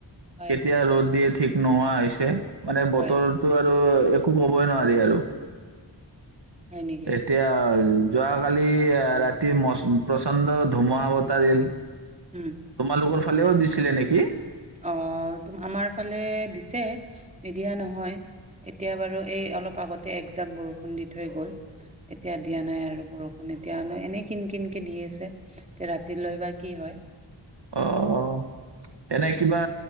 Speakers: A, on the right; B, on the right.
A: হয়,
B: কেতিয়া ৰ'দ দিয়ে ঠিক নোহোৱা হৈছে। মানে
A: হয়।
B: বতৰটো আৰু একো ক'বই নোৱাৰি আৰু।
A: হয় নেকি?
B: এতিয়া যোৱাকালি এ ৰাতি টি প্ৰচণ্ড ধুমহা বতাহ দিল।
A: উম,
B: তোমালোকৰ ফাললেও দিছিলে নেকি?
A: অ', ত আমাৰ ফালে দিছে নিদিয়া নাই নহয় এতিয়া বাৰু, এই অলপ আগতে এজাক বৰষুণ দি থৈ গ'ল। এতিয়া দিয়া নাই আৰু, বৰষুণ এতিয়া এনেই কিন কিনকৈ দি আছে। এতিয়া ৰাতিলৈ বা কি হয়।
B: অ', এনে কিবা